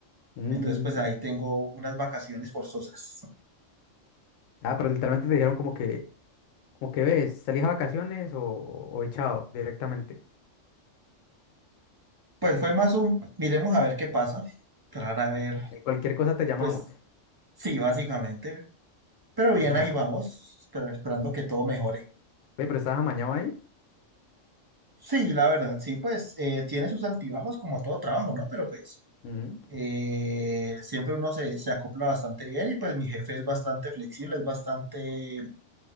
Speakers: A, on the left; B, on the right.
A: Mm,
B: Entonces pues ahí tengo unas vacaciones forzosas.
A: Ah, pero literalmente te dijeron como que... Como que ves, ¿salís a vacaciones o, o echado directamente?
B: Pues fue más un, miremos a ver qué pasa. Esperar a ver,
A: Eh, Cualquier cosa te llamamos.
B: pues sí, básicamente. Pero bien,
A: Nada.
B: ahí vamos, esper- esperando que todo mejore.
A: Ve, pero estás amañado ahí.
B: Sí, la verdad, sí, pues eh, tiene sus altibajos como todo trabajo, ¿no? Pero pues
A: Ujú,
B: eh, siempre uno se, se acopla bastante bien y pues mi jefe es bastante flexible, es bastante,